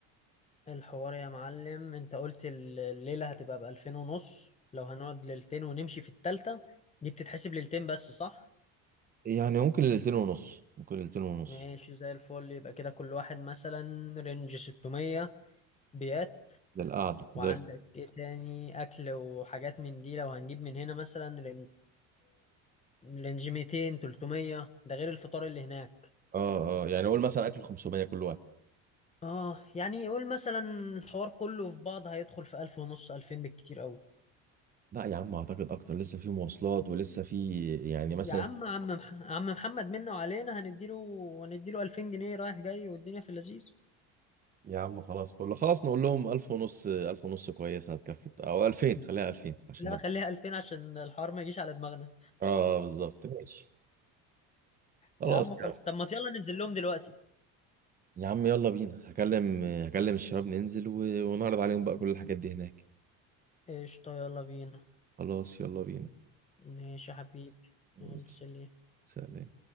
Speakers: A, on the left; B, on the right.
A: الحوار يا معلم انت قلت الليلة هتبقى بألفين ونص لو هنقعد ليلتين ونمشي في التالتة دي بتتحسب ليلتين بس صح؟
B: يعني ممكن ليلتين ونص ممكن ليلتين ونص
A: ماشي زي الفل يبقى كده كل واحد مثلا رينج 600 بيات
B: للقعدة
A: وعندك
B: زي الف-
A: ايه تاني اكل وحاجات من دي لو هنجيب من هنا مثلا رينج رينج 200 300 ده غير الفطار اللي هناك
B: اه اه يعني قول مثلا أكل 500 كل واحد
A: اه يعني يقول مثلا الحوار كله في بعض هيدخل في 1000 ونص 2000 بالكتير قوي
B: لا يا عم أعتقد أكتر لسه في مواصلات ولسه في يعني مثلا
A: يا عم عم مح... عم محمد منا وعلينا هنديله هنديله 2000 جنيه رايح جاي والدنيا في اللذيذ
B: يا عم خلاص كله خلاص نقول لهم 1000 ونص 1000 ونص كويسة هتكفي أو 2000 خليها 2000 عشان
A: لا
B: نبقى
A: خليها 2000 عشان الحوار ما يجيش على دماغنا
B: اه آه، بالظبط ماشي خلاص
A: يا عم خلص
B: يا عم
A: طب ما يلا ننزل لهم دلوقتي
B: يا عم يلا بينا هكلم هكلم الشباب ننزل و... ونعرض عليهم بقى كل الحاجات دي هناك
A: قشطة يلا بينا
B: خلاص يلا بينا
A: ماشي يا حبيبي
B: ماشي.
A: يلا سلام
B: سلام